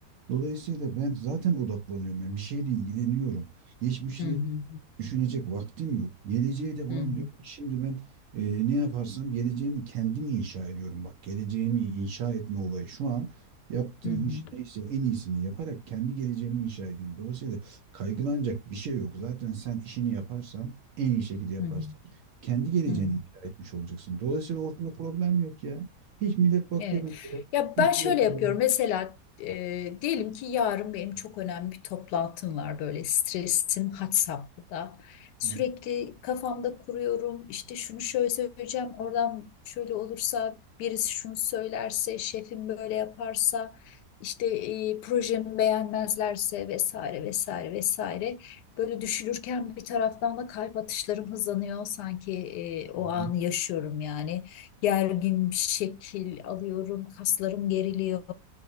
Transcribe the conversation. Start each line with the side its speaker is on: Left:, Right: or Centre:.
Right: Dolayısıyla ben zaten odaklanıyorum. Yani bir şeyle ilgileniyorum. Geçmişi
Left: hı hı,
Right: düşünecek vaktim yok. Geleceğe de olan
Left: hı hı, hı hı,
Right: diyorum ki şimdi ben e, ne yaparsam geleceğimi kendim inşa ediyorum. Bak geleceğimi inşa etme olayı şu an yaptığım
Left: hı hı,
Right: iş neyse en iyisini yaparak kendi geleceğimi inşa edeyim. Dolayısıyla kaygılanacak bir şey yok. Zaten sen işini yaparsan en iyi şekilde yaparsan
Left: hı hı,
Right: kendi geleceğini
Left: hı hı.
Right: inşa etmiş olacaksın. Dolayısıyla ortada problem yok ya. Hiç millet bakıyor
Left: Evet.
Right: mesela
Left: Ya
Right: iş
Left: ben şöyle
Right: yerinden.
Left: yapıyorum. Mesela e, diyelim ki yarın benim çok önemli bir toplantım var. Böyle stresim had safhada. Sürekli
Right: Hı
Left: kafamda kuruyorum. İşte şunu şöyle söyleyeceğim. Oradan şöyle olursa birisi şunu söylerse, şefim böyle yaparsa, işte e, projemi beğenmezlerse vesaire vesaire vesaire. Böyle düşünürken bir taraftan da kalp atışlarım hızlanıyor. Sanki e, o
Right: hı.
Left: anı yaşıyorum yani gergin bir şekil alıyorum, kaslarım geriliyor